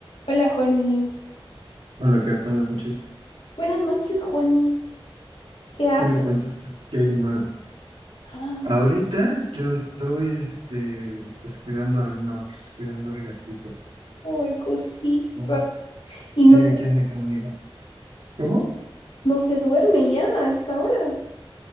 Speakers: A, on the left; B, on the right.
A: Hola, Juani.
B: Hola, Kat, buenas noches.
A: Buenas noches, Juani. ¿Qué haces?
B: ¿Qué me cuentas? ¿Qué, qué hay de nuevo?
A: Ah,
B: Ahorita yo estoy, este, pues cuidando al Nox, cuidando al gatito.
A: Ay, cosita.
B: ¿no?
A: Y
B: Sí,
A: no,
B: aquí
A: se-
B: anda conmigo. ¿Cómo?
A: no se duerme ya a esta hora.